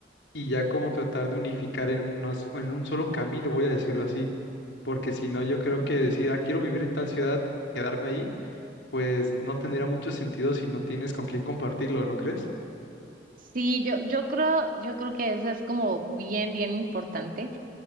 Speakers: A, on the left; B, on the right.
A: y ya como tratar de unificar en unos, en un solo camino, voy a decirlo así, porque si no, yo creo que decir, ah, quiero vivir en tal ciudad, quedarme ahí, pues no tendría mucho sentido si no tienes con quién compartirlo, ¿no crees?
B: Sí, yo, yo creo, yo creo que eso es como bien, bien importante.